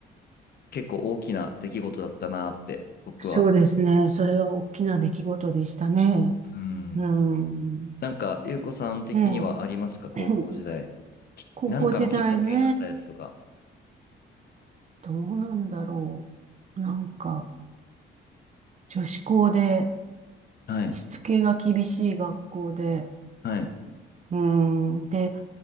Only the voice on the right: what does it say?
そうですね。それは大きな出来事でしたね。
うん、
ねえ <clears throat>
高校時代ね、どうなんだろう。なんか、女子校で、
しつけが厳しい学校で、
うん、で、